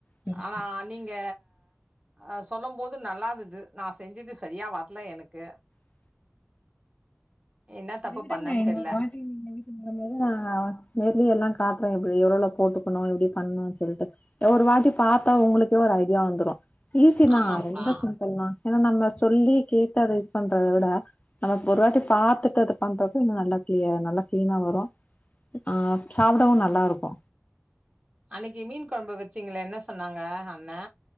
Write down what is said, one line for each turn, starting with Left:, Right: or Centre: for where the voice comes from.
Left: சரி
Right: ஆனா
Left: சரி
Right: நீங்க அ சொல்லம் போது நல்லாந்துது நா செஞ்சது சரியா வர்ல எனக்கு
Left: <inaudible>
Right: என்ன
Left: சரிவிடுங்க
Right: தப்பு பண்ணேன்னு
Left: இன்னொருவாட்டி
Right: தெர்ல.
Left: <unintelligible> நா நேர்லயே எல்லாங் காட்ற எவ்வளோ போட்டுக்கணு எப்டி பண்ணு சொல்ட்டு ஒரு வாட்டி பாத்தா உங்களுக்கே ஒரு ஐடியா வந்துரு ஈஸி
Right: ஆமாம்ப்பா.
Left: தா ரொம்ப சிம்பிள் தா ஏன்னா நம்ம சொல்லி கேட்டு அத இது பண் சொல்டா நம்ம ஒரு வாட்டி பாத்துட்டு அத பண்றது இன்னு நல்லா கிளயர் நல்லா கிளீனா வருண ஆ சாப்டவு நல்லா இருக்கு
Right: அன்னைக்கி மீன் கொழம்பு வச்சீங்களே என்ன சொன்னாங்க அண்ணா